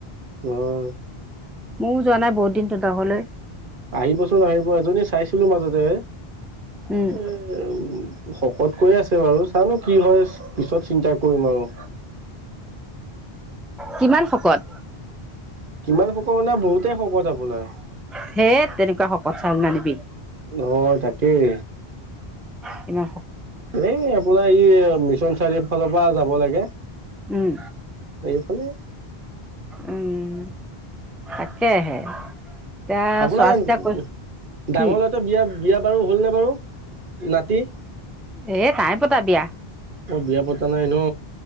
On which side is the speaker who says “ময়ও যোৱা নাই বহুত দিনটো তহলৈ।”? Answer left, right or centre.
Centre